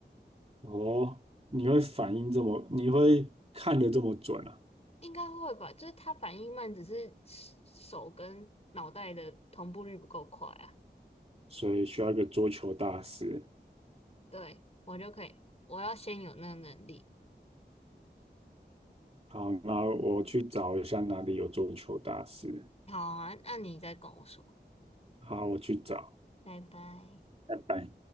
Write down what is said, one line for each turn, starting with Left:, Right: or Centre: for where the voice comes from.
Right: 哦，你会反应这么，你会看得这么准啊？
Left: 应该会吧？就是他反应慢，只是手跟脑袋的同步率不够快啊。
Right: 所以需要一个桌球大师。
Left: 对，我就可以，我要先有那个能力。
Right: 好，那我去找一下哪里有桌球大师。
Left: 好啊，那你再跟我说，
Right: 好，我去找，
Left: 拜拜。
Right: 拜拜。